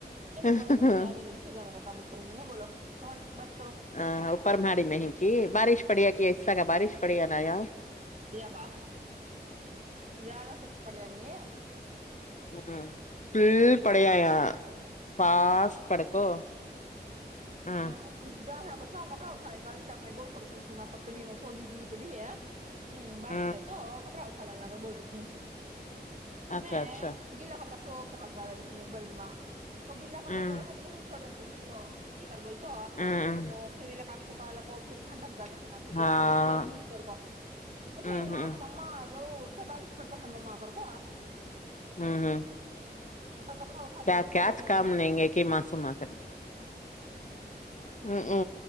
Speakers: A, on the right; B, on the left.
A: نہیں نہیں
B: ہ
A: بولو بولو کیا بھی نہیںے جا کاا کم کو نہیں بولو بات کر
B: <inaudible> پڑیا کہ اسسہ کا بارش پڑیا نا یہاں
A: بڑھیا با زیادہ سکھ پڑھیا نہیں ہے
B: <inaudible>
A: <inaudible>
B: ہ
A: کپڑا اٹھائے بارش آ میں بول کر رکھی سما کب ت بھی میں سوگی کی تو بھی ہے ہاں بارش
B: ہ
A: ہے تو کپڑا گر بول رک انیں
B: اچھا اچھا
A: گیلا کپڑا سوپلہ پتااد ال اکبرینما وہ گ بلا کپڑا
B: ہ
A: جور ہے تو بس چھوولتا ت <unintelligible> سر بول تو ا
B: ہوں
A: پولا کا سکاالکو پھر ٹھڈک دلو ہےناا بھی
B: ہاں
A: گیا س بھیگ جے گسک کو اس
B: ہوں
A: ان
B: ہوں
A: ماں کو مما ا سے بارش پڑتا ہے ما آ کر کو
B: ہوں ہوں
A: کپڑا اٹھا
B: کیا
A: دل کو
B: کیاچ
A: چلے گئے
B: کام نہیںیں گے ک ہی معسوںم کر ا ہ ا